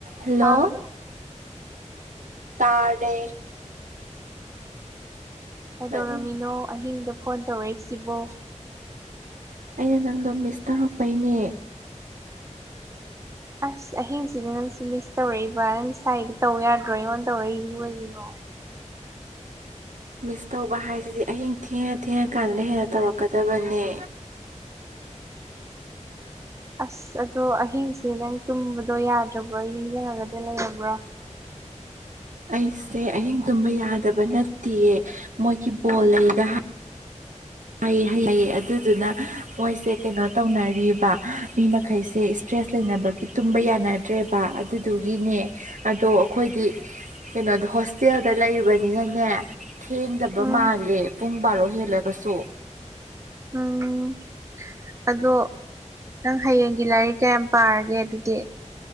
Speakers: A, on the right (about 85°); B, on the right (about 25°).
A: Hello
B: ꯇꯥꯕ꯭ꯔꯣ
A: ꯇꯥꯔꯦ
B: ꯀꯩꯗꯧꯔꯝꯃꯤꯅꯣ
A: ꯅꯪ
B: ꯑꯍꯤꯡꯗ ꯐꯣꯟ ꯇꯧꯔꯛꯏꯁꯤꯕꯣ?
A: ꯑꯩꯅ ꯅꯪꯗꯣ ꯃꯤꯁ ꯇꯧꯔꯛꯄꯩꯅꯦ꯫
B: ꯑꯁ ꯑꯍꯤꯡꯁꯤꯗꯤ ꯅꯪꯁꯨ ꯃꯤꯁ ꯇꯧꯔꯛꯏꯕ ꯅꯪ ꯁꯥꯏꯗ ꯇꯧ ꯌꯥꯗ꯭ꯔꯣ ꯑꯩꯉꯣꯟꯗ ꯇꯧꯔꯛꯏꯁꯤꯕꯨ ꯀꯩꯒꯤꯅꯣ
A: ꯃꯤꯁ ꯇꯧꯕ ꯍꯥꯏꯁꯤꯗꯤ ꯑꯍꯤꯡ ꯊꯦꯡꯉ ꯊꯦꯡꯉ ꯀꯥꯟꯗꯅ ꯍꯦꯟꯅ ꯇꯧꯔꯛꯀꯗꯕꯅꯦ꯫
B: ꯑꯁ ꯑꯗꯣ ꯑꯍꯤꯡꯁꯦ ꯅꯪ ꯇꯨꯝꯕꯗꯣ ꯌꯥꯗ꯭ꯔꯕ꯭ꯔꯣ ꯅꯤꯡꯁꯤꯡꯉꯒꯗꯤ ꯂꯩꯔꯕ꯭ꯔꯣ?
A: ꯑꯩꯁꯦ ꯑꯍꯤꯡ ꯇꯨꯝꯕ ꯌꯥꯗꯕ ꯅꯠꯇꯦꯌꯦ ꯃꯣꯏꯒꯤ ꯕꯣꯜ ꯂꯩꯕ ꯍꯩ ꯍꯥꯏꯑꯦ ꯑꯗꯨꯗꯨꯅ ꯃꯣꯏꯁꯦ ꯀꯩꯅꯣ ꯇꯧꯅꯔꯤꯕ ꯃꯤ ꯃꯈꯩꯁꯦ ꯏꯁꯇ꯭ꯔꯦꯁ ꯂꯩꯅꯕꯒꯤ ꯇꯨꯝꯕ ꯌꯥꯅꯗ꯭ꯔꯦꯕ꯫ ꯑꯗꯨꯗꯨꯒꯤꯅꯦ ꯑꯗꯣ ꯑꯩꯈꯣꯏꯗꯤ ꯀꯩꯅꯣꯗ ꯍꯣꯁꯇꯦꯜꯗ ꯂꯩꯕꯅꯤꯅꯅꯦ ꯊꯦꯡꯗꯕ
B: ꯎꯝ
A: ꯃꯥꯜꯂꯦ ꯄꯨꯡ ꯕꯥꯔꯣ ꯍꯦꯜꯂꯒꯁꯨ
B: ꯎꯝ ꯑꯗꯣ ꯅꯪ ꯍꯌꯦꯡꯒꯤ ꯂꯥꯏꯔꯤꯛ ꯀꯌꯥꯝ ꯄꯥꯔꯒꯦ ꯑꯗꯨꯗꯤ